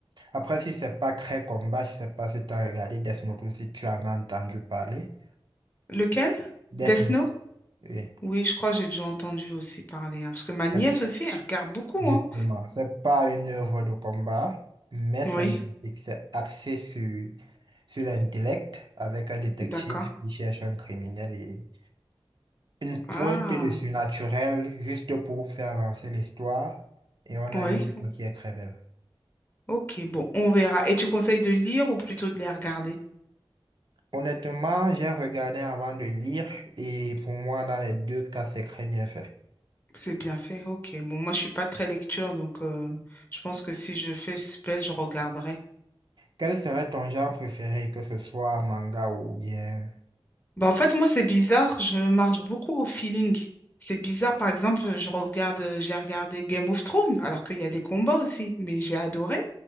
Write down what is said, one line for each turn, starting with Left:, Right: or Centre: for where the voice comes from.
Right: Après, si c'est pas Cré Combat, je sais pas si tu as regardé Death Note ou si tu en as entendu parler.
Left: Lequel?
Right: Death
Left: Death
Right: Note,
Left: Note
Right: oui.
Left: Oui, je crois que j'ai déjà entendu aussi parler. hein, parce que ma nièce
Right: C'est-
Left: aussi, elle regarde beaucoup.
Right: Justement,
Left: Hein.
Right: c'est pas une œuvre de combat, mais c'est
Left: Oui,
Right: magnifique. C'est axé sur, sur l'intellect avec un détective
Left: d'accord.
Right: qui cherche un criminel et une pointe
Left: Ah,
Right: de surnaturel juste pour faire avancer l'histoire. Et on a
Left: oui.
Right: une œuvre qui est très belle.
Left: Ok, bon, on verra. Et tu conseilles de lire ou plutôt de les regarder?
Right: Honnêtement, j'ai regardé avant de lire et pour moi, dans les deux cas, c'est très bien fait.
Left: C'est bien fait. Ok. Bon, moi, je suis pas très lecture, donc euh, je pense que si je fais spell, je regarderai.
Right: Quel serait ton genre préféré, que ce soit manga ou bien...
Left: Bah, en fait, moi, c'est bizarre. Je marche beaucoup au feeling. C'est bizarre. Par exemple, je regarde, euh, j'ai regardé Game of Thrones, alors qu'il y a des combats aussi, mais j'ai adoré